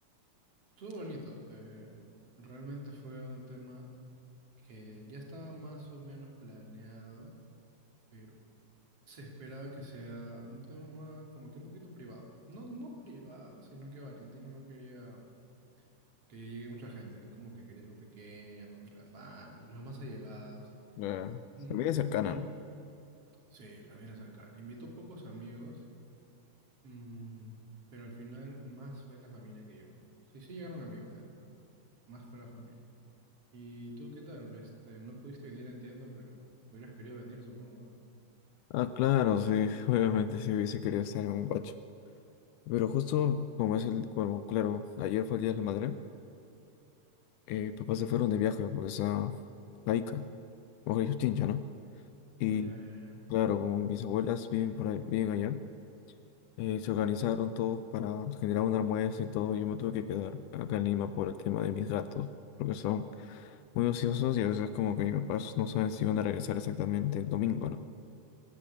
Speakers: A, on the right (about 50°); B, on the left (about 80°).
A: estuvo bonito. eh, realmente fue un tema que ya estaba más o menos planeado, pero se esperaba que sea un tema más, como que un poquito privado. No, no privado, sino que Valentino no quería que llegue mucha gente. Él como que quería algo pequeño, algo entre la familia, los más allegados.
B: Eh,
A: Mm,
B: familia cercana,
A: y
B: ¿no?
A: sí, familia cercana. Invitó pocos amigos, mm, pero al final más fue la familia que llegó, ¿no? Sí, sí llegaron amigos de él, pero más fue la familia. ¿Y tú qué tal? Este, no pudiste venir, entiendo, pero hubieras querido venir, supongo, ¿verdad?
B: Ah, claro, sí, <laughs> obviamente si hubiese querido estar en un pacho. Pero justo como es el, bueno, claro, ayer fue el Día de la Madre, eh, papás se fueron de viaje por esa laica, o ellos Chincha, ¿no? Y
A: Oh, ya, ya, ya.
B: claro, como mis abuelas viven por ahí, viven allá, eh, se organizaron todos para generar un almuerzo y todo. Yo me tuve que quedar acá en Lima por el tema de mis gatos, porque son muy ociosos y a veces como que mis papás no saben si van a regresar exactamente el domingo, ¿no?